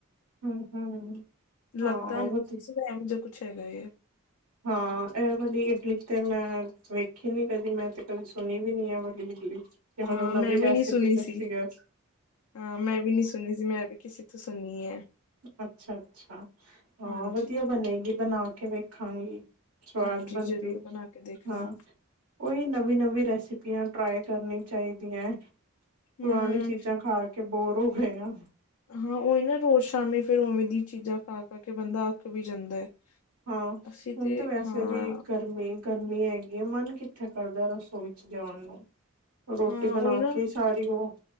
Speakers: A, on the right; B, on the left.
A: ਹਮ ਹਮ ਹਮ ਹਾਂ
B: ਲੱਗਦਾ ਨਹੀਂ। ਕੁਛ ਹੈਗਾ ਇਹ
A: ਹਾਂ ਇਹ ਵਾਲੀ ਇਡਲੀ ਤੇ ਮੈਂ ਵੇਖੀ ਨੀ ਕਦੀ ਮੈਂ ਤੇ ਕਦੀ ਸੁਣੀ ਵੀ ਨੀ ਇਹ ਵਾਲੀ ਇਡਲੀ ਤੇ
B: ਹਾਂ
A: ਮੈਨੂੰ ਨਵੀ
B: ਮੈਂ ਵੀ
A: ਰੈਸਿਪੀ
B: ਨਹੀਂ ਸੁਣੀ
A: ਦੱਸੀ
B: ਸੀ
A: ਹੈ।
B: ਹਾਂ ਮੈਂ ਵੀ ਨੀ ਸੁਣੀ ਸੀ ਮੈਂ ਵੀ ਕਿਸੇ ਤੋਂ ਸੁਣੀ ਏ
A: ਅਛਾ- ਅਛਾ ਹਾਂ
B: ਹਾਂਜੀ
A: ਵਧੀਆ ਬਣੇਗੀ ਬਣਾ ਕੇ ਵੇਖਾਂਗੀ। ਸਵਾਦ
B: ਹਾਂਜੀ
A: ਬਣਦੀ
B: ਜ਼ਰੂਰ ਬਣਾ ਕੇ ਦੇਖਣਾ
A: ਹਾਂ- ਕੋਈ ਨਵੀਂ ਨਵੀਂ ਰੈਸਿਪੀਆਂ ਟਰਾਈ ਕਰਨੀ ਚਾਹੀਦੀਆਂ
B: ਹਮ
A: ਪੁਰਾਣੀ ਚੀਜ਼ਾਂ ਖਾ ਕੇ ਬੋਰ ਹੋ ਗਏ ਆ
B: ਹਾਂ, ਉਹੀ ਨਾ ਰੋਜ਼ ਸ਼ਾਮੀ ਫੇਰ ਉਵੇਂ ਦੀ ਚੀਜ਼ਾਂ ਖਾ ਕੇ ਕੇ ਬੰਦਾ ਅੱਕ ਵੀ ਜਾਂਦਾ ਹੈ।
A: ਹਾਂ
B: ਅਸੀਂ
A: ਹੁਣ
B: ਤੇ
A: ਤਾਂ ਵੈਸੇ
B: ਹਾਂ
A: ਵੀ ਗਰ ਗਰਮੀ ਗਰਮੀ ਹੈਗੀ ਹੈ ਮਨ ਕਿੱਥੇ ਕਰਦਾ ਰਸੋਈ ਵਿੱਚ ਜਾਣ ਨੂੰ ਰੋਟੀ
B: ਹਾਂ
A: ਬਣਾ
B: ਉਹੀ ਨਾ
A: ਕੇ ਸਾਰੀ ਉਹ